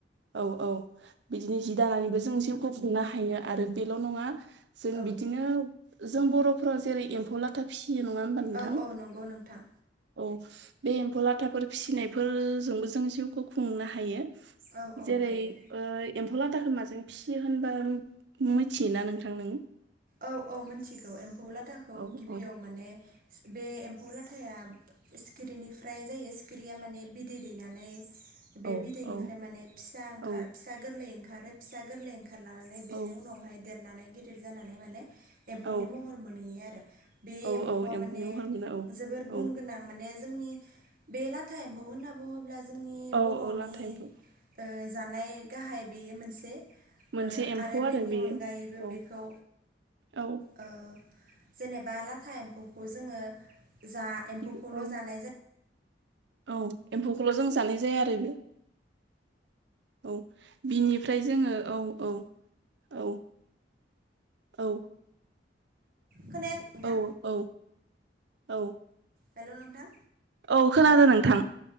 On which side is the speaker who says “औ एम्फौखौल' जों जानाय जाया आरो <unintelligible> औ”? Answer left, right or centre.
Right